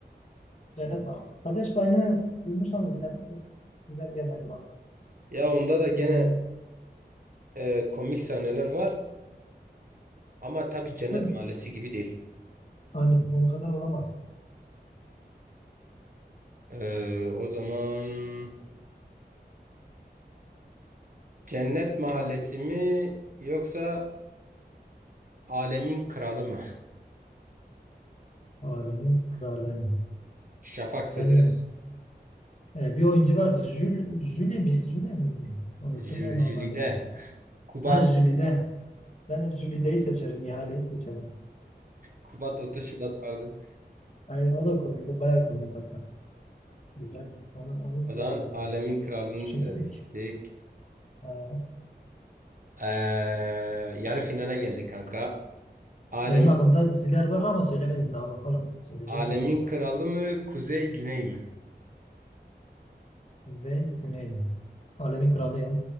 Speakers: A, on the left; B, on the right.
A: Cennet Mahallesi. Kardeş Payını duymuş ama izlemedim. Güzel gelmedi bana.
B: Ya onda da gene
A: İzleyemem.
B: e, komik sahneler var ama tabii Cennet
A: Hadi.
B: Mahallesi gibi değil.
A: Aynen, onun kadar olamaz.
B: Ee, o zaman Cennet Mahallesi mi yoksa Alemin Kralı mı?
A: Alemin kralı.
B: Şafak Sezer,
A: Ben e, bir oyuncu vardı. Jül, Jüli mi? Jüle miydi? Unuttum
B: Jü-
A: ya ben
B: Jülide,
A: onun adını.
B: Kubat,
A: Ha Jülide. Ben Jülide'yi seçerim, Ihale'yi seçerim.
B: Kubat 30 Şubat vardı.
A: Aynen o da komik, o bayağı komik hatta. Güzel. Onu, onu izleyelim
B: O zaman
A: o zaman.
B: Alemin Kralını
A: Şimdilik.
B: seçtik.
A: Ee,
B: Ee, yarı finale geldik kanka. Alemin,
A: benim aklımda diziler var ama söylemedim daha bakalım. Söyleyecek
B: Alemin
A: misin?
B: Kralı mı, Kuzey Güney mi?
A: Kuzey, Güney. Alemin Kralı ya.